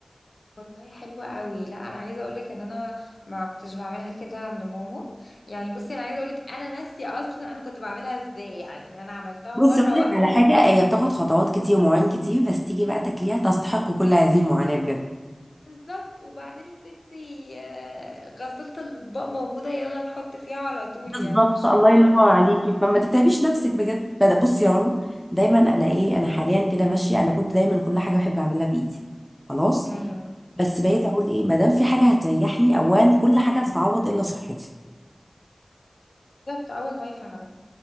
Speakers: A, on the left; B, in the centre.
A: والله حلوه قوي لا انا عايزه اقول لك ان انا ما كنتش بعملها كده عند ماما يعني بصي انا عايزه اقول لك انا ناسيه اصلا انا كنت بعملها ازاي يعني انا عملتها
B: بص
A: مره
B: اقول لك
A: واحده
B: على حاجه هي بتاخد خطوات كتير ومواعين كتير بس تيجي بقى تاكليها تستحق كل هذه المعاناه بجد
A: بالظبط وبعدين يا ستي آه، غسالة الأطباق موجودة يلا نحط فيها على طول
B: بالظبط
A: يعني مش
B: الله
A: حوار
B: ينور
A: فاهمة
B: عليكي فما تتعبيش نفسك بجد بدأ- بصي يا رنا دايما انا ايه انا حاليا كده ماشيه انا كنت دايما كل حاجه بحب اعملها بايدي خلاص
A: امم
B: بس
A: اوكي
B: بقيت اقول ايه ما دام في حاجه هتريحني اوان كل حاجه تتعوض الا صحتي
A: بالظبط اول لايف فعلا